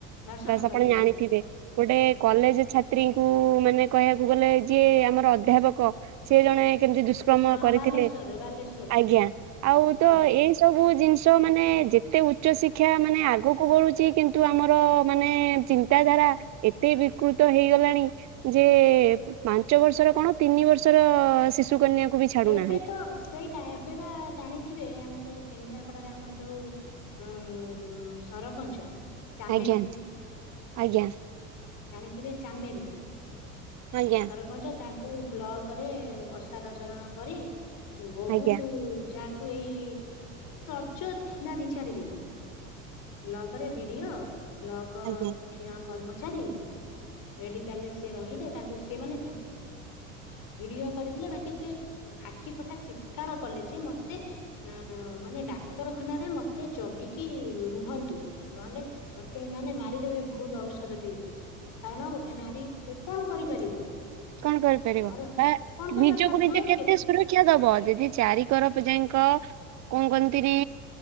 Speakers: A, on the left; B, on the right.
A: ଦର୍ଶନ
B: ବାସ
A: କରି
B: ଆପଣ
A: ହଁ
B: ଜାଣିଥିବେ ଗୋଟେ କଲେଜ
A: ହଁ
B: ଛାତ୍ରୀଙ୍କୁ ମାନେ କହିବାକୁ ଗଲେ ଯିଏ ଆମର ଅଧ୍ୟାପକ ସିଏ ଜଣେ କେମିତି ଦୁଷ୍କର୍ମ
A: ହଁ
B: କରିଥିଲେ
A: ବାଲେଶ୍ଵରରେ ବାଲେଶ୍ଵରରେ
B: ଆଜ୍ଞା ଆଉ
A: ହଁ
B: ତ ଏଇ ସବୁ ଜିନିଷ ମାନେ ଯେତେ ଉଚ୍ଚ ଶିକ୍ଷା ମାନେ ଆଗକୁ ବଢୁଛି କିନ୍ତୁ ଆମର ମାନେ ଚିନ୍ତାଧାରା ଏତେ ବିକୃତ ତ ହେଇଗଲାଣି ଯେ ପାଞ୍ଚ ବର୍ଷର କଣ ତିନି ବର୍ଷର ଶିଶୁ କନ୍ୟାକୁ ବି ଛାଡୁନାହାନ୍ତି।
A: ଏବେ ତ ସେଇଟା ଏବେ ବା ଜାଣିଥିବେ ଆମର ଏଇ କେନ୍ଦ୍ରାପଡାରେ ଆମର ଯୋଉ ଉ ସରପଞ୍ଚ ଚାମେଲି।
B: ଆଜ୍ଞା ଆଜ୍ଞା।
A: ଜାଣିଥିବେ ଚାମେଲି
B: ଆଜ୍ଞା
A: ସରପଞ୍ଚ ତାଙ୍କୁ ବ୍ଲକରେ ଅସାଧ ଚରଣ କରି ବହୁତ
B: ଆଜ୍ଞା
A: ଯା ଏଇ ଏଇ ରଜ ଥିଲା ଦି ଚାରି ଦିନି। ବ୍ଲକରେ ବିଡିଓ ବ୍ଲକ
B: ଆଜ୍ଞା
A: କିଛି ଜଣ କର୍ମଚାରୀ ମେଡିକାଲ ରେ ସିଏ ରହିଲେ ତାଙ୍କୁ ସିଏ ମାନେ ଭିଡିଓ କରିଥିଲା ବାକି ସେ ଆଖି ପଟା ଚିତ୍କାର କଲେ ଯେ ମତେ ଅ ମାନେ ଡାକ୍ତରଖାନାରେ ମତେ ଜଗିକି ରୁହନ୍ତୁ ନହେଲେ ମତେ ଏମାନୋନେ ମାରିଦେବେ ଭୁଲ ଔଷଧ ଦେଇକି। କାରଣ ଗୋଟେ ନାରୀ କଣ କରିପାରିବ।
B: କଣ କରିପାରିବ
A: ଆମର
B: ବା
A: କଣ କରିପାରିବ
B: ନିଜକୁ
A: ତାର
B: ନିଜେ
A: ଜୋର
B: କେତେ ସୁରକ୍ଷା ଦବ ଯଦି ଚାରିିକରପ ଯାଇ ତ କଣ କୁହନ୍ତିନି।